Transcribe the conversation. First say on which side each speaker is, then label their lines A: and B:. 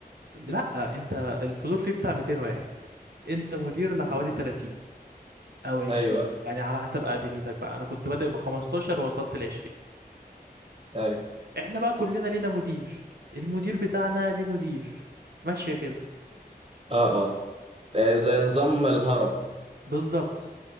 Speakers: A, on the right; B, on the right.
A: لا انت الفلور فيه بتاع 200 واحد انت مدير لحوالي
B: مم.
A: 30 او 20
B: أيوه أيوه
A: يعني على حسب اقدميتك بقى انا كنت بادئ ب 15 ووصلت ل 20
B: أيوه
A: احنا بقى كلنا لينا مدير المدير بتاعنا ليه مدير ماشية كده
B: أه أه آه، زي نظام الهرم
A: بالظبط